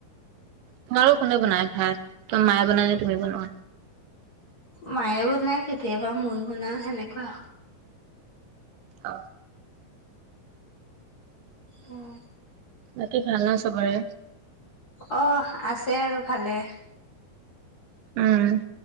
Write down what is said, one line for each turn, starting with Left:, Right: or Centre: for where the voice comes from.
Right: তোমাৰো কোনে বনাই ভাত, তোমাৰ মায়ে বনাই নে তুমি বনোৱা?
Left: মায়ে বনায়, কেতিয়াবা মইয়ো বনাওঁ, সেনেকুৱা।
Right: অ',
Left: উম,
Right: বাকী ভাল ন' সবৰে?
Left: অ', আছে আৰু ভালে।
Right: উম,